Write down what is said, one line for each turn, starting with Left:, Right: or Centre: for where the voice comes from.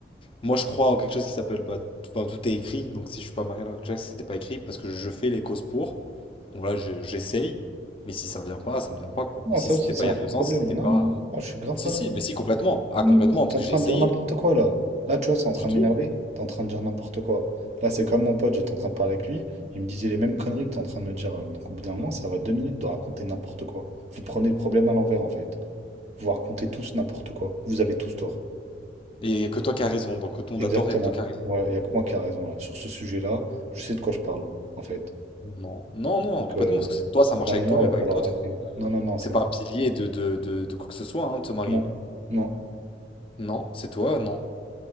Left: moi, je crois en quelque chose qui s'appelle. Bah, t- enfin, tout est écrit. Donc, si je suis pas marié à l'heure actuelle, c'était pas écrit, parce que je fais les causes pour. Donc là, je- j'essaye. Mais si ça vient pas, ça ne vient pas, quoi.
Right: Non,
Left: Et si
Right: ça
Left: c'était
Right: aussi, c'est
Left: pas il
Right: un
Left: y a deux
Right: faux problème.
Left: ans, c'est que c'était
Right: Non,
Left: pas.
Right: non, non, je suis grave
Left: Si,
Right: pas
Left: si,
Right: d'accord.
Left: mais si, complètement. Ah,
Right: Non,
Left: complètement,
Right: non, non, t'es
Left: parce que
Right: en train
Left: j'ai essayé.
Right: de dire n'importe quoi là. Là, tu vois, c'est en train
Left: Du
Right: de
Left: tout.
Right: m'énerver. T'es en train de dire n'importe quoi. Là, c'est comme mon pote, j'étais en train de parler avec lui. Il me disait les mêmes conneries que t'es en train de me dire. là. Donc, au bout d'un moment, ça va deux minutes de raconter n'importe quoi. Vous prenez le problème à l'envers, en fait. Vous racontez tous n'importe quoi. Vous avez tous tort.
Left: Et il n'y a que toi qui as raison, donc tout le
Right: Exactement.
Left: monde a tort, il n'y a que toi qui as raison.
Right: Ouais, il n'y a que moi qui ai raison là. Sur ce sujet-là, je sais de quoi je parle, en fait.
Left: Non, non, non,
Right: Donc,
Left: complètement,
Right: euh,
Left: parce que c'est toi, ça
Right: au
Left: marche
Right: bout d'un
Left: avec
Right: moment,
Left: toi, mais
Right: il
Left: pas
Right: va falloir
Left: avec d'autres.
Right: arrêter. Non, non, non,
Left: C'est
Right: c'est
Left: pas
Right: bon.
Left: un pilier de, de, de, de quoi que ce soit, hein, de se marier.
Right: Non,
Left: hein.
Right: non,
Left: Non, c'est toi, non.